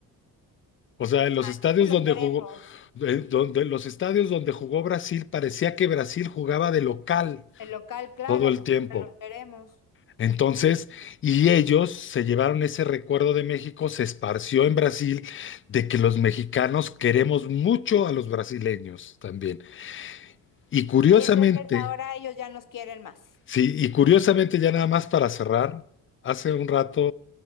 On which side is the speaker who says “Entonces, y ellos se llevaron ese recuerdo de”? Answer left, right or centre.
Left